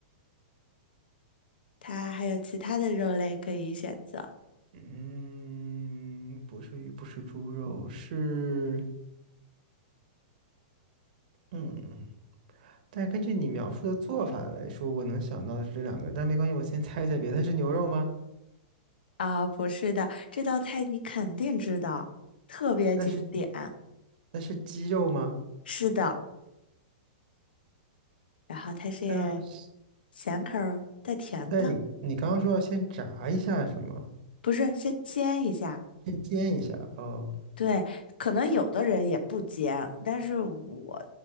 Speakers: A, on the left; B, on the right.
A: 它还有其他的肉类可以选择。
B: 嗯，不是鱼，不是猪肉，是嗯。但根据你描述的做法来说，我能想到的是这两个，但没关系，我先猜一下别的。它是牛肉吗？
A: 啊，不是的，这道菜你肯定知道，特别经典。
B: 那是那是鸡肉吗？
A: 是的，然后它是
B: 它要是
A: 咸口儿带甜的，
B: 但你你刚刚说要先炸一下是吗？
A: 不是先煎一下。
B: 先煎一下哦，
A: 对，可能有的人也不煎，但是我